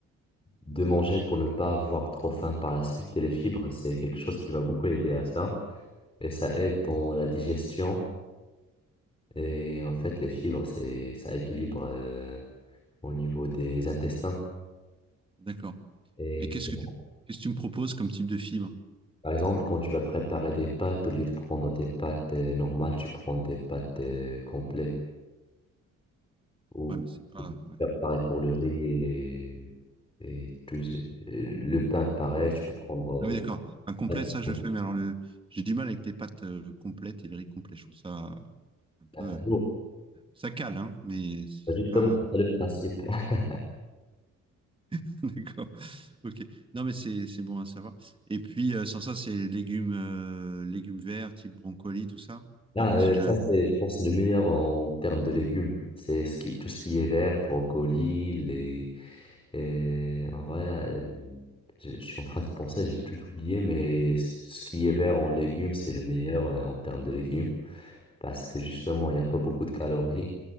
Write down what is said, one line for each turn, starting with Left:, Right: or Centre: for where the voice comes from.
Left: de manger pour ne pas avoir trop faim par la suite et les fibres, c'est quelque chose qui va beaucoup aider à ça. Et ça aide dans la digestion Et en fait, les fibres, c'est, ça équilibre euh, au niveau des intestins.
Right: D'accord.
Left: Et
Right: Et qu'est-ce
Left: bon,
Right: que tu, qu'est-ce que tu me proposes comme type de fibre?
Left: par exemple, quand tu vas préparer des pâtes, au lieu de prendre des pâtes euh, normales, tu prends des pâtes euh, complètes. Ou
Right: Ouais, mais c'est pas. ouais.
Left: faire pareil pour le riz et, et tout, ce- euh, le pain, pareil, tu peux prendre
Right: Ah oui,
Left: euh,
Right: d'accord. Un complet, ça je
Left: au-
Right: le fais, mais alors le, j'ai du mal avec les pâtes euh, complètes et les riz complets. Je trouve ça un peu,
Left: à ta
Right: euh, ça cale, hein, mais c'est
Left: C'est Justement,
Right: pas.
Left: c'est le principe. <laughs>
Right: <laughs> D'accord. Ok. Non, mais c'est c'est bon à savoir. Et puis, euh, sans ça, c'est légumes, euh, légumes verts, type brocoli, tout ça.
Left: Là,
Right: Ah, parce
Left: euh,
Right: que j'ai.
Left: ça, c'est, je pense, c'est le meilleur en termes de légumes. C'est ce qui, tout ce qui est vert, brocoli, les, Et en vrai, là, je, je suis en train de penser, j'ai tout oublié, mais c- ce qui est vert en légumes, c'est le meilleur euh, en termes de légumes. Parce que justement, il n'y a pas beaucoup de calories.